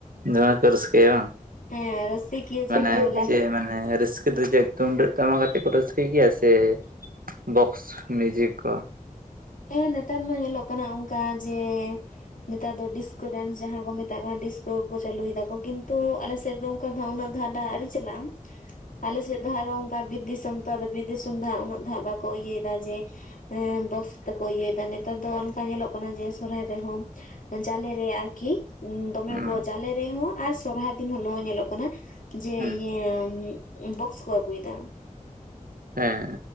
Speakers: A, on the right; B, on the left.
A: ᱫᱚᱢᱮ ᱠᱚ ᱨᱟᱹᱥᱠᱟᱹᱭᱟ ᱵᱟᱝ
B: ᱦᱮᱸ ᱨᱩᱥᱤᱠᱤᱭᱟᱹ ᱡᱟᱠᱮ
A: ᱢᱟᱱᱮ
B: ᱵᱚᱞᱮ
A: ᱪᱮ ᱢᱟᱱᱮ ᱨᱟᱹᱥᱠᱟᱹ ᱫᱚ ᱪᱮᱫ ᱛᱩᱢᱫᱟᱜ ᱴᱟᱢᱟᱠᱟ ᱟᱛᱮᱜ ᱠᱚ ᱨᱟᱹᱥᱠᱟᱹᱭ ᱜᱮᱭᱟ ᱥᱮ ᱵᱚᱠᱥ ᱢᱤᱭᱩᱡᱤᱠ ᱠᱚ?
B: ᱦᱮᱸ ᱱᱮᱛᱟᱨ ᱢᱟ ᱧᱮᱞᱚᱜ ᱠᱟᱱᱟ ᱚᱱᱠᱟ ᱡᱮ ᱱᱮᱛᱟᱨ ᱫᱚ ᱰᱤᱥ ᱠᱚ ᱰᱮᱱᱥ ᱡᱟᱦᱟᱸ ᱠᱚ ᱢᱮᱛᱟᱜ ᱠᱟᱱᱟ ᱰᱤᱥᱠᱳ ᱠᱚ ᱪᱟᱹᱞᱩᱭ ᱫᱟᱠᱚ᱾ ᱠᱤᱱᱛᱩ ᱟᱞᱮ ᱥᱮᱫ ᱫᱚ ᱚᱱᱠᱟ ᱫᱚ ᱦᱟᱸᱜ ᱩᱱᱟᱹᱜ ᱫᱚ ᱦᱟᱸᱜ ᱰᱟ ᱟᱣᱨᱤ ᱪᱟᱠᱟᱜ ᱪᱟᱞᱟᱜ-ᱟ᱾
A: <inaudible>
B: ᱟᱞᱮ ᱥᱮᱫ ᱫᱚ ᱦᱟᱸᱜ ᱟᱨᱚ ᱚᱱᱠᱟ ᱵᱤᱨ ᱫᱤᱥᱚᱢ᱾ ᱛᱚ ᱟᱨ ᱵᱤᱨ ᱫᱤᱥᱚᱢ ᱫᱚ ᱦᱟᱸᱜ ᱩᱱᱟᱹᱜ ᱫᱚ ᱦᱟᱸᱜ ᱵᱟᱠᱚ ᱤᱭᱟᱹᱭᱮᱫᱟ ᱡᱮ ᱦᱮᱸ ᱵᱚᱠᱥ ᱛᱮᱠᱚ ᱤᱭᱟᱹᱭᱮᱫᱟ᱾ ᱱᱮᱛᱟᱨ ᱫᱚ ᱚᱱᱠᱟ ᱧᱮᱞᱚᱜ ᱠᱟᱱᱟ ᱡᱮ ᱥᱚᱦᱚᱨᱟᱭ ᱨᱮᱦᱚᱸ ᱡᱟᱞᱮ ᱨᱮ ᱟᱨᱠᱤ᱾ ᱫᱚᱢᱮ
A: ᱦᱩᱸ
B: ᱠᱚ ᱡᱟᱞᱮ ᱨᱮᱦᱚᱸ ᱟᱨ ᱥᱚᱨᱦᱟᱭ ᱫᱤᱱ ᱦᱤᱞᱳᱜ ᱦᱚᱸ ᱧᱮᱞᱚᱜ ᱠᱟᱱᱟ ᱡᱮ
A: ᱦᱩᱸ
B: ᱤᱭᱟᱹ ᱵᱚᱠᱥ ᱠᱚ ᱟᱹᱜᱩᱭᱫᱟ,
A: ᱦᱮᱸ